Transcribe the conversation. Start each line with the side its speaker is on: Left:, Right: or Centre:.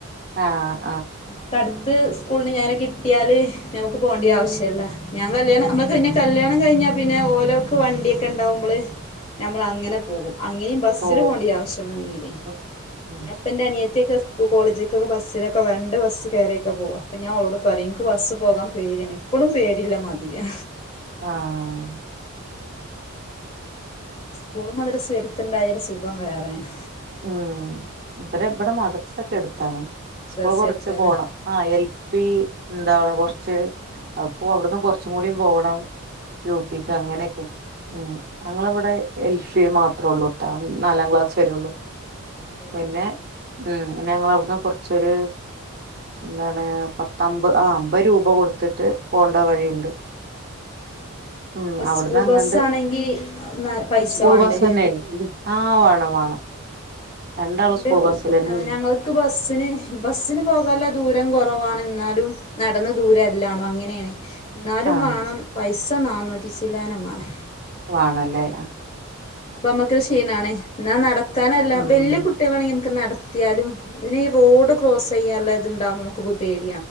Right: ആഹ്
Left: അന്നൊക്കടുത്ത് സ്കൂളിന് ഞാനൊക്കെ കിട്ടിയാല് ഞമുക്ക് പോവിണ്ട്യ ആവശ്യല്ലാ. ഞാ കല്യാണം
Right: ആ
Left: നമ്മുക്ക്ന്നെ കല്യാണം കഴിഞ്ഞാ പിന്നെ ഓലോക്ക് വണ്ടിയൊക്കെ ഉണ്ടാവുമ്പള് ഞമ്മള് അങ്ങനെ പോകും, അങ്ങനെയും ബസ്സില്
Right: ഓ
Left: പോവിണ്ട്യ ആവശ്യം വന്നീതേ
Right: ഉം, ഉം.
Left: ഞാ ഇപ്പന്റെ അനിയ റ്റിക്കസ് കു കോളേജിക്കൊക്കെ ബസ്സില് ഇപ്പൊ രണ്ട് ബസ്സ് കയറിയൊക്കെ പോവാ. അപ്പ ഞാൻ ഓളോട് പറയും നിക്ക് ബസ് പോകാം. പേടിയാണ് ഇപ്പഴും പേടിയില്ല മാതിരിയാ.
Right: ആഹ്
Left: കൂളുന്നതൊരു സ്വരത്തിണ്ടായാല് സുഖം വേറെയാണ്.
Right: ഉം ഇവരെ എവിടെ മദർസൊക്കെ അടുത്താണ്
Left: മദ്രസ
Right: സ്കൂൾ കൊറച്ച്
Left: എടുത്താല്
Right: പോണം ആ എൽ പി എന്താണ് കൊറച്ച് അപ്പൊ അവിടുന്ന് കൊറച്ചുംകൂടിയും പോണം യു. പി ക്ക് അങ്ങനെയൊക്കെ ഉം ഞങ്ങളിവിടെ എൽ പി മാത്രേള്ളൂട്ട നാലാം ക്ലാസ് വരെ ഉള്ളൂ.
Left: നാല് വരെ
Right: പിന്നെ
Left: ആ
Right: ഉം പിന്നെ ഞങ്ങള ആ കൊറച്ചൊരു എന്താണ് പത്തമ്പത് ആ അമ്പത് രൂപ കൊടുത്തിട്ട് പോണ്ട വഴിയുണ്ട് ഉം അവിടുന്ന്
Left: സ്കൂൾ
Right: അങ്ങണ്ട്
Left: ബസ്സാണെങ്കി പൈസ
Right: സ്കൂൾ
Left: വേണ്ടേ
Right: ബസ് തന്നെ ആ വേണം വേണം രണ്ടാളും
Left: ന്റെ
Right: സ്കൂൾ ബസ്സിലന്നെ
Left: ഞങ്ങൾക്ക് ബസിന് ബസിന് പോകാലോ ദൂര ദൂരം കുറവാണ് എന്നാലും നടന്ന ദൂരം അല്ലണോ അങ്ങനെയാണ് എന്നാലും
Right: ആ
Left: വേണം പൈസ നാനൂറ്റി ചിൽ‌വാനമാണ്
Right: വാണല്ലേ
Left: അപ്പൊ നമ്മുക്കൊരു ക്ഷീണമാണ് എന്നാ നടക്കാനെല്ലാം
Right: ഉം
Left: വലിയ കുട്ടികളാണെങ്കിൽ നമുക്ക് നട ത്തിയാലും പിന്നെ റോഡ് ക്രോസ്സ് ചെയ്യാനുള്ള ഇത്തുണ്ടാവുമ്പോ നമുക്കൊരു പേടി